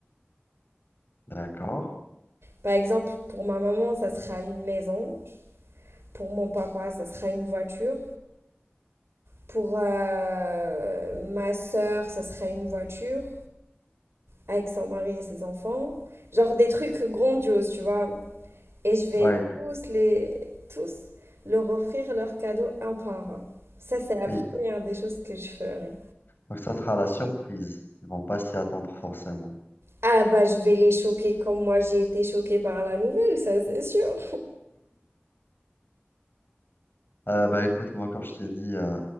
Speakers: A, on the left; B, on the right.
A: d'accord.
B: Par exemple, pour ma maman, ça sera une maison. Pour mon papa, ça sera une voiture. Pour euh, ma sœur, ça sera une voiture avec son mari et ses enfants. Genre des trucs grandioses, tu vois. Et je vais
A: Ouais.
B: tous les tous leur offrir leurs cadeaux un par un. Ça, c'est la
A: Et,
B: première des choses que je ferai.
A: donc ça sera la surprise. Ils vont pas s'y attendre forcément.
B: Ah bah je vais les choquer comme moi j'ai été choquée par la nouvelle, ça c'est sûr.
A: Euh, bah écoute, moi, comme je t'ai dit, euh,